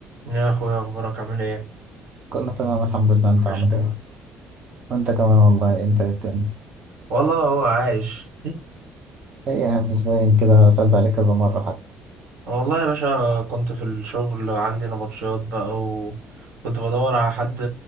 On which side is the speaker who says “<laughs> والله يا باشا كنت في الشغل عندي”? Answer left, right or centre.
Right